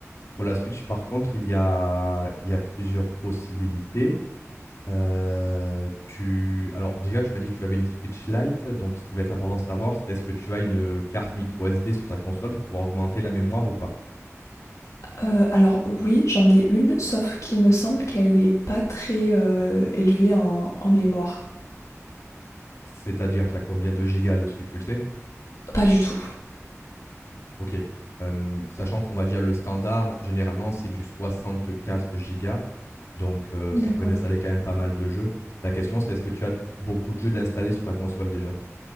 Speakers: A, on the left; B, on the left.
A: Pour la Switch, par contre, il y a il y a plusieurs possibilités. Heu, tu alors déjà, tu m'as dit que tu avais une Switch Lite, donc ce qui va être important de savoir, c'est est-ce que tu as une, carte micro SD sur ta console pour pouvoir augmenter la mémoire ou pas?
B: Heu, alors oui, j'en ai une, sauf qu'il me semble qu'elle est pas très, heu, élevée en en mémoire.
A: C'est-à-dire, tu as combien de gigas dessus, tu le sais?
B: Pas du tout.
A: OK. Hem, sachant qu'on va dire le standard, généralement, c'est du soixante-quatre gigas, donc heu,
B: D'accord.
A: ça permet d'installer quand même pas mal de jeux. La question, c'est est-ce que tu as beaucoup de jeux d'installer sur ta console déjà?